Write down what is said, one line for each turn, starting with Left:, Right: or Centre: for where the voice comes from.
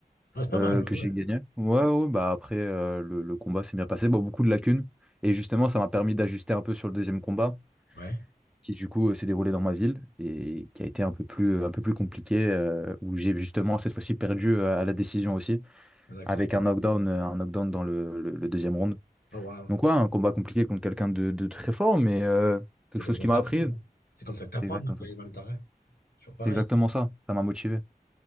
Left: Ah, c'est pas
Centre: euh,
Left: mal,
Centre: que
Left: ouais.
Centre: j'ai gagné. Ouais, ouais, bah après, euh, le, le combat s'est bien passé. Bon, beaucoup de lacunes. Et justement, ça m'a permis d'ajuster un peu sur le deuxième combat,
Left: Ouais,
Centre: qui du coup euh, s'est déroulé dans ma ville et qui a été un peu plus, euh, un peu plus compliqué, euh, où j'ai justement cette fois-ci perdu euh, à la décision aussi,
Left: Ah, d'accord.
Centre: avec un knockdown, euh, un knockdown dans le, le- le deuxième round.
Left: Oh, wow.
Centre: Donc ouais, un combat compliqué contre quelqu'un de, de très fort, mais euh, quelque
Left: C'est
Centre: chose
Left: comme ça
Centre: qui
Left: que
Centre: m'a
Left: t'apprends,
Centre: appris.
Left: quoi. C'est comme ça que t'apprends,
Centre: C'est exactement
Left: quoi,
Centre: ça.
Left: en même temps, ouais. Toujours pareil.
Centre: C'est exactement ça. Ça m'a motivé.